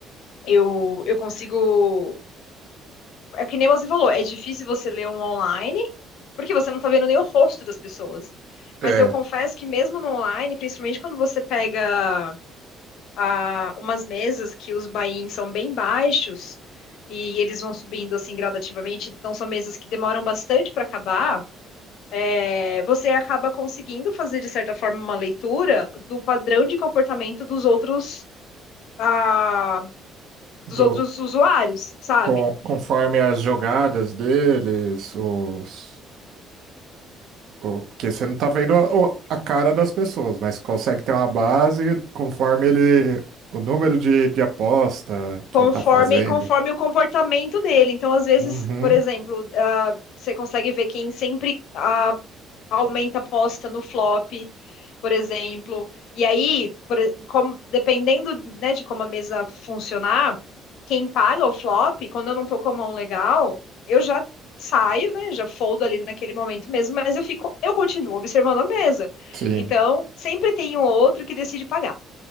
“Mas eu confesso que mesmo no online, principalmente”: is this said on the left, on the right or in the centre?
Left